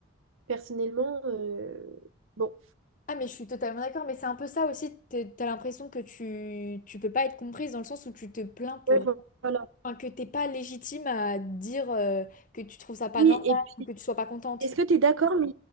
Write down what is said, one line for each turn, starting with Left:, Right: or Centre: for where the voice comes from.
Right: personnellement, euh, bon.
Left: Ah, mais je suis totalement d'accord, mais c'est un peu ça aussi. t'es- T'as l'impression que tu, tu peux pas être comprise dans le sens où tu te plains pour
Right: Ouais, voilà.
Left: Enfin, que t'es pas légitime à dire euh, que tu trouves ça pas
Right: Oui,
Left: normal
Right: et puis.
Left: ou que tu sois pas contente.
Right: Est-ce que tu es d'accord, mais